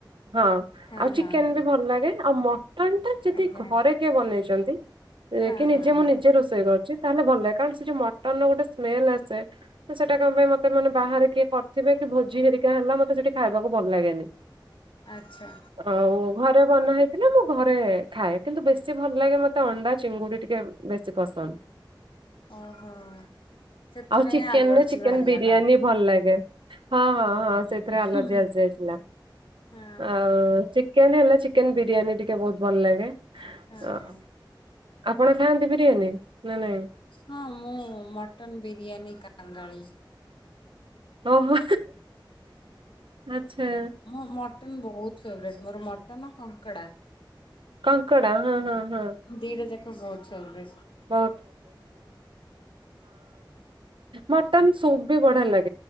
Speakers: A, on the right (about 80°); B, on the left (about 80°).
A: ହଁ
B: ହଁ
A: ଆଉ
B: ହଁ
A: ଚିକେନ
B: ହଁ
A: ବି ଭଲ ଲାଗେ ଆଉ। ମଟନ ଟା ଯଦି
B: ଆଜ୍ଞା
A: ଘରେ କିଏ ବନେଇଛନ୍ତି
B: ହଁ
A: କି ନିଜେ
B: ହଁ ହଁ
A: ମୁଁ ନିଜେ ରୋଷେଇ କରୁଛି। ତାହେଲେ ଭଲ କାରଣ ସେ ଯୋଉ ଗୋଟେ ସ୍ମେଲ ଆସେ ସେଟା କଣ ପାଇଁ ମତେ ମାନେ ବାହାରେ କିଏ କରିଥିବେ କି ିକ ହେଲା। ସେଠି ଖାଇବାକୁ ଭଲ ଲାଗେନି
B: ଆଚ୍ଛା
A: ଆଉ ଘରେ ବନା ହେଇଥିଲା ମୁଁ ଘରେ ଖାଏ କିନ୍ତୁ ବେଶୀ ଭଲ ଲାଗେ ମତେ ଅଣ୍ଡା ଚିଙ୍ଗୁଡି ଟିକେ ବେଶୀ ପସନ୍ଦ
B: ଓହୋ। ସେଥିପାଇଁ
A: ଆଉ ଚିକେନରେ
B: ଆଲର୍ଜି
A: ଚିକେନ
B: ବାହାରିଗଲା
A: ବିରିୟାନୀ ଭଲ ଲାଗେ। ହଁ ହଁ
B: ହୁଁ
A: ହଁ
B: ହୁଁ
A: ସେଥିରେ ଆଲର୍ଜି
B: ହୁଁ
A: ଆସି ଯାଇଥିଲା
B: ହଁ।
A: ଆଉ। ଚିକେନ୍ ହେଲା ଚିକେନ ବିରିୟାନୀ ଟିକେ ବହୁତ ଭଲ ଲାଗେ।
B: ହଁ।
A: ଅ ଆପଣ ଖାଆନ୍ତି ବିରିୟାନୀ ନାଇ ନାଇଁ
B: ହଁ ମୁଁ ମଟନ ବିରିୟାନୀ କାଙ୍ଗାଳି
A: ଓହୋ ଆଚ୍ଛା।
B: ମୋ ମଟନ ବହୁତ ଫେବରେଟ ମୋର ମଟନ କଙ୍କଡ଼ା
A: କଙ୍କଡ଼ା ହଁ ହଁ ହଁ।
B: ଦିଟା ଯାକ ବହୁତ ଫବ୍
A: ହ ମଟ ସୁପ ବି ବଢ ଲାଗ